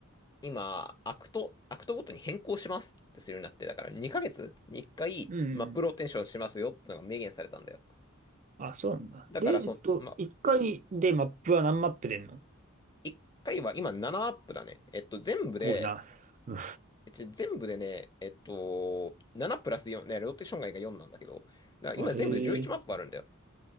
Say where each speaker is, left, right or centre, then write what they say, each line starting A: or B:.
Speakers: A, on the left (about 20°); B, on the right (about 35°).
A: 今、アクト、アクトごとに変更しますってするようになって、だから2ヶ月に1回、
B: うん。
A: マップローテンションしますよってのが明言されたんだよ。
B: あ、そうなんだ。
A: だから、
B: で、
A: その、
B: えっと、
A: ま、
B: 一回でマップは何マップ出んの
A: 1回は今7アップだね。えっと、全部で、
B: 多いな。うん
A: えち全部でね、えっと、7プラス4、ね、ローテーション外が4なんだけど、だから今全部で11マップあるんだよ。
B: あ、へえ。